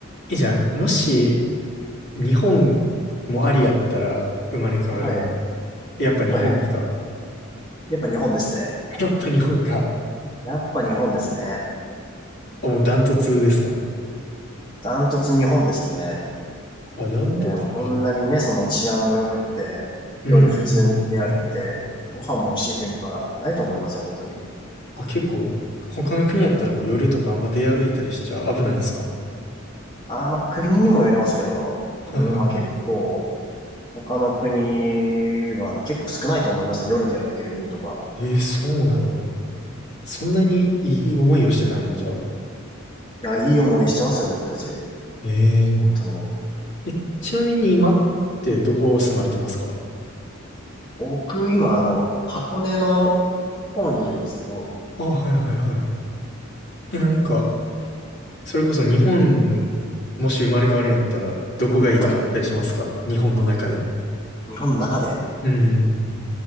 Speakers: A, on the left; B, on the left.
A: え、じゃあ、もし、日本もありやったら生まれ変わるの。
B: はい、
A: やっぱ日本か。
B: はい。やっぱ日本ですね。
A: やっぱ日本か。
B: やっぱ日本ですね。
A: あ、もうダントツですか。
B: ダントツ日本ですね。
A: あ、ダントツか。
B: えーこんなにね、その治安も良くって、
A: うん、
B: 夜普通に出歩けて、
A: うん、うんうん
B: ご飯も美味しい国とかないと思いますよ、本当に。
A: あ、結構、他の国やったらもう夜とかあんま出歩いたりしちゃ危ないんですか。
B: ああ、まあ国にもよりますけど、
A: はいはい。
B: うん、まあ結構、他の国は結構少ないと思いますよ、夜で歩ける国とか。
A: えーそうなんや。そんなにいい思いをしてたんや、じゃあ。
B: いや、いい思いしてますよ、僕たち。
A: えー
B: 本当に。
A: え、ちなみに今ってどこ住まれてますか
B: 僕、今、あの、箱根の方にいるんですけど、
A: あ、はいはいはい。え、なんか、それこそ日本、もし生まれ変わるんやったら、どこがいいとかあったりしますか日本の中で。
B: はい。日本の中で。
A: うん。